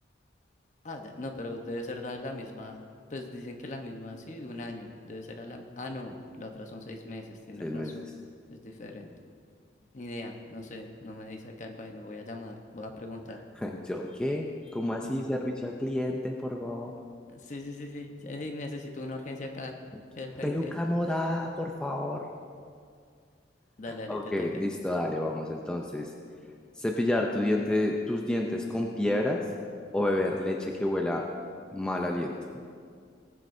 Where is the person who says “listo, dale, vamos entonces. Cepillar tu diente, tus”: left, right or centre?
Centre